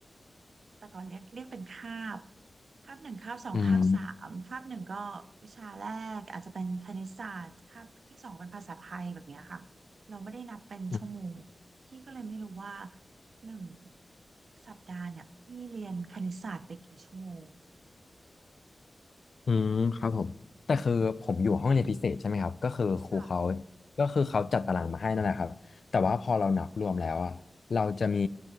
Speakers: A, on the right; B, on the left.
A: แต่ก่อนเรียกเรียกเป็นคาบคาบหนึ่งคาบสองคาบสามคาบหนึ่งก็วิชาแรกอาจจะเป็นคณิตศาสตร์คาบที่สองเป็นภาษาไทยแบบเนี้ยค่ะ
B: อืม
A: เราไม่ได้นับเป็นชั่วโมง
B: อื
A: พี่ก็เลยไม่รู้ว่าหนึ่งสัปดาห์เนี่ยพี่เรียนคณิตศาสตร์ไปกี่ชั่วโมง
B: อืมครับผมแต่คือผมอยู่ห้องเรียนพิเศษใช่ไหมครับก็คือครูเขา
A: ค่ะ
B: ก็คือเขาจัดตารางมาให้นั่นแหละครับแต่ว่าพอเรานับรวมแล้วอะเราจะมี